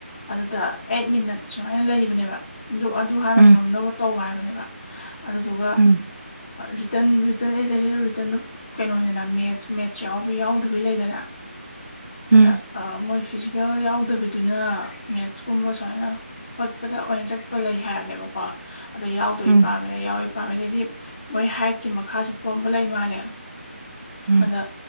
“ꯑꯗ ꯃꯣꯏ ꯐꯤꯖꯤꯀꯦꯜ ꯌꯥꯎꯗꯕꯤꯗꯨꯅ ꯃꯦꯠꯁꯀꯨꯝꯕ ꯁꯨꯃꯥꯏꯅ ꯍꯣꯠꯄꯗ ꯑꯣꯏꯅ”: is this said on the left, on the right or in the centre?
Left